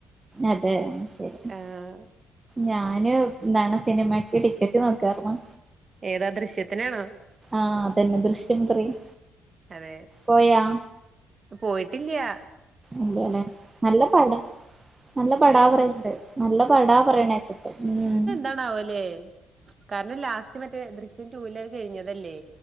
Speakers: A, on the right; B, on the right.
A: അതെ ശെരി-
B: ആഹ്
A: ഞാന് എന്താണ് സിനിമക്ക് ടിക്കറ്റ് നോക്കാര്ന്നു.
B: ഏതാ ദൃശ്യത്തിനാണോ?
A: ആഹ് അതന്നെ ദൃശ്യം ത്രീ-
B: അതേ
A: പോയാ
B: പോയിട്ടില്ലൃ-
A: ഇല്ലല്ലേ നല്ല പട നല്ല പടാ
B: ഏഹ്
A: പറയ്ണ്ട് നല്ല പടാ പറിണേക്കട്ടെ ഉം.
B: ന്താണാവല്ലേ- കാരണം ലാസ്റ്റ് മറ്റേ ദൃശ്യം റ്റൂലെ അത് കഴിഞ്ഞതല്ലേ